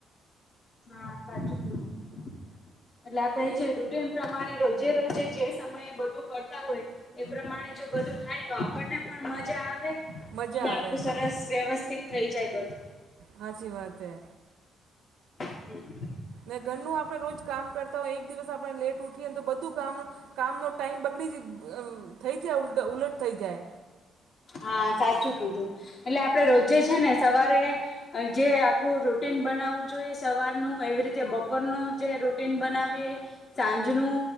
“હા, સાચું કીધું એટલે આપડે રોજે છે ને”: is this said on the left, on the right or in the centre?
Left